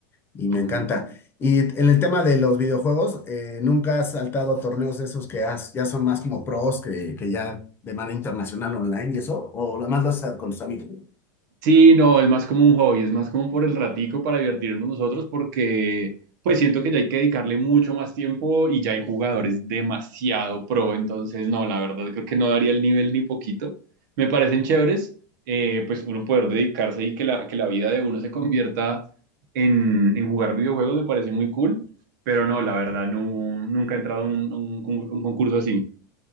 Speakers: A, on the left; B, on the right.
A: y me
B: Ah.
A: encanta. Y en el tema de los videojuegos, eh, ¿nunca has saltado a torneos de esos que has- ya son más como pros que, que ya de manera internacional online y eso? ¿O nada más lo haces con tus amigos?
B: Sí, no, es más como un hobby, es más como por el ratico para divertirnos nosotros porque pues siento que ya hay que dedicarle mucho más tiempo y ya hay jugadores demasiado pro, entonces no, la verdad creo que no daría el nivel ni poquito. Me parecen chéveres, eh, pues uno poder dedicarse y que la, que la vida de uno se convierta en, en jugar videojuegos me parece muy cool, pero no, la verdad no, nunca he entrado a un, a un, con- un concurso así.